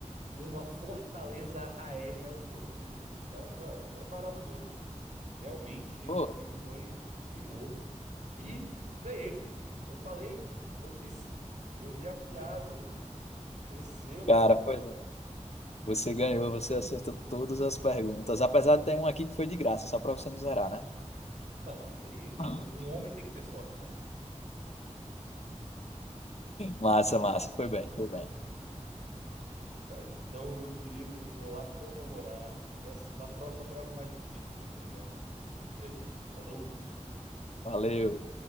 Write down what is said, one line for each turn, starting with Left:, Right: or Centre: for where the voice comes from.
Right: uma fortaleza aérea voando, pô. Os caras, não, é maravilhoso. Realmente esse
Left: Pô,
Right: filme foi um primor e ganhei. Eu falei, eu disse, eu vi afiado. Receba,
Left: cara,
Right: pai.
Left: pois é. Você ganhou, você acertou todas as perguntas, apesar de ter uma aqui que foi de graça, só pra você não zerar, né?
Right: Não, mas tem um,
Left: <laughs>
Right: um homem tem que ter sorte também.
Left: Massa, massa, foi bem, foi bem.
Right: Mas então, meu querido, vou lá comemorar. Dessa, da próxima trago um mais difícil, tá entendendo? E é isso. Falou!
Left: Valeu.